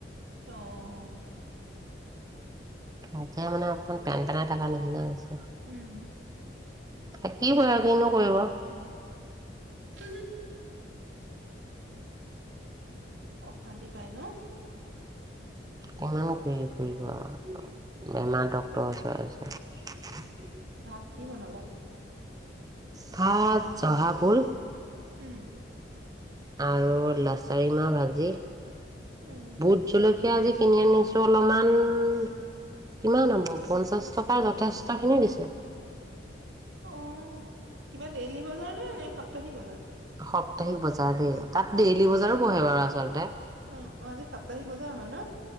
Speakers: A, on the right (about 85°); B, on the right (about 20°).
A: অ'।
B: মাজে মানে অকমান পেনপেনাই থকা নিচিনা হৈছে।
A: উম।
B: এ কি কৰিবা, কিনো কৰিব।
A: হু হু। অশান্তি পাই ন?
B: কিমান কৰি ফুৰিব আৰু। বেমাৰ, ডক্টৰ ওচৰত আছে। <inaudible>
A: ভাত কি বনালা?
B: ভাত জহাভুল
A: উম।
B: আৰু লাচাৰী মাহ ভাজি।
A: উম,
B: ভূতজলক য়া আজি কিনি আনিছো অলপমান, কিমান হ'ব, পঞ্চাশ টকাৰ যথেষ্টখিনি দিছে।
A: অ', কিবা ডেইলি বজাৰ নে, নে সাপ্তাহিক বজাৰ?
B: সপ্তাহিক বজাৰ দেই, তাত ডেইলি বজাৰো বহে বাৰু আচলতে।
A: অ' অ', আজি সাপ্তাহিক বজাৰ হয় ন?